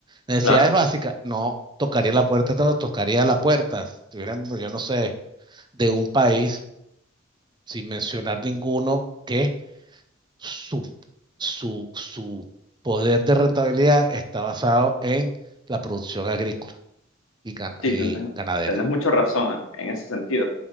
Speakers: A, on the right; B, on the left.
A: Necesidades
B: claro,
A: básicas, no tocaría la puerta, no tocaría la puerta, si tuvieran, pues, yo no sé, de un país, sin mencionar ninguno, que su, su, su poder de rentabilidad está basado en la producción agrícola y, gan-
B: sí,
A: y
B: ten-
A: ganadera.
B: tenés mucha razón en ese sentido,